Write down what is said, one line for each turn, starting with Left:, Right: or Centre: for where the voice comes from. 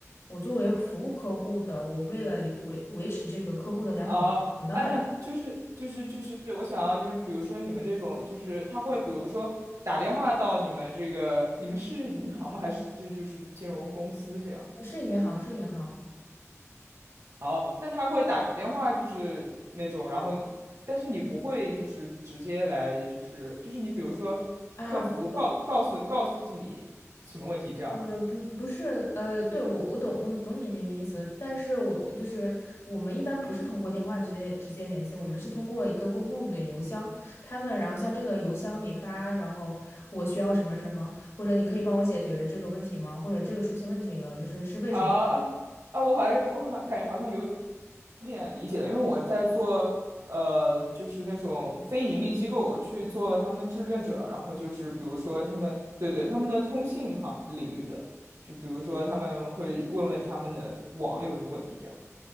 Left: 我作为服务客户的，我为了维维持这个客户的良好服务我当然
Right: 哦，哎，那就是就是就是我想要就是比如说你们这种就是他会比如说打电话到你们这个你们是银行吗？还是就是金融公司这样？
Left: 呃是银行是银行
Right: 哦，那他会打电话就是那种，然后但是你不会就是直接来就是就是你比如说客服告告诉告诉你什么问题这样吗？
Left: 啊，懂呃，不，不是，呃，对，我我懂，我懂你那个意思，但是我就是我们一般不是通过电话直接直接联系，我们是通过一个公共的邮箱，他们然后向这个邮箱里发，然后我需要什么什么，或者你可以帮我解决这个问题吗？或者这个出现问题了，就是是为什么？
Right: 啊啊啊！我好像我好感觉好像有点理解了，因为我在做呃，就是那种非盈利机构去做他们的志愿者，然后就是比如说他们对对他们的通信行领域的，就比如说他们会问问他们的网有什么问题这样。